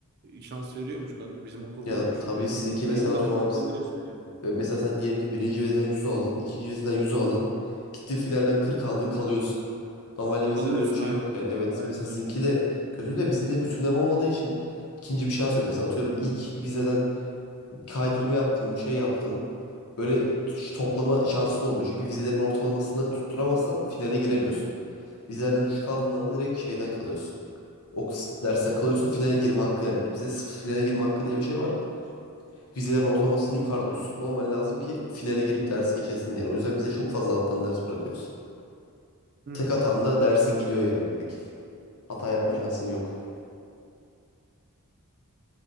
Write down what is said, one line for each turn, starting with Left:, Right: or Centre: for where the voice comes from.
Right: şans veriyormuş kanka. Bizim okulda
Left: Ya
Right: öyle bir şey
Left: tabii
Right: yok. Bizim
Left: sizinki
Right: okul
Left: mesela
Right: 50
Left: atıyorum
Right: alsan
Left: abi biz-
Right: kalıyorsun yani.
Left: e, mesela sen diyelim ki birinci vizeden 100 aldın, ikinci vizeden 100 aldın. Gittin finalden 40 aldın kalıyorsun. Normalde bizde
Right: Kalıyorsun
Left: öyle bir şey
Right: aynen
Left: yok yani. Evet
Right: öyle. Aynen
Left: mesela sizinki
Right: öyle.
Left: de kötü de bizim de bütünleme olmadığı için ikinci bir şans yok. Mesela atıyorum ilk vizeden kaydırma yaptın, bir şey yaptın. Böyle ş- toplama şansın olmuyor. Çünkü vizelerin ortalamasını tutturamazsan finale giremiyorsun. Vizelerden düşük aldığın anda direkt şeyden kalıyorsun. O kıs- dersten kalıyorsun finale girme hakkı yani. Bizde sıf- finale girme hakkı diye bir şey var. Vizelerin ortalamasının yukarı üstünde olman lazım ki finale girip dersi geçesin yani. O yüzden bize çok fazla alttan ders bırakıyorsun.
Right: Hı
Left: Tek
Right: hı.
Left: hatan da dersin gidiyor yani bir Hata yapma şansın yok.